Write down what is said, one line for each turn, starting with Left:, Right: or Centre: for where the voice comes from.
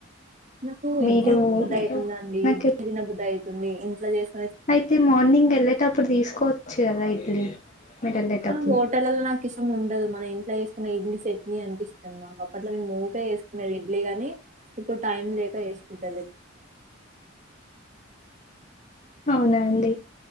Right: నాకు
Left: మీరు
Right: ఇడ్లీ తినబుద్దయితుందండి
Left: నాకు
Right: ఇడ్లీ తినబుద్దయితుంది ఇంట్లో చేస్
Left: అయితే మార్నింగ్ వెళ్ళేటప్పుడు తీసుకోవచ్చు కాదా ఇడ్లీ మీరు వెళ్ళేటప్పుడు
Right: హోటలలో నాకు ఇష్టం ఉండదు మన ఇంట్లో చేసుకున్న ఇడ్లీ చట్నీ అంటే ఇష్టం నాకు అప్ అట్ల మేం ఉకే చేస్కునేది ఇడ్లీగాని ఇప్పుడు టైం లేక చేస్కుంటాలేం
Left: అవునా అండి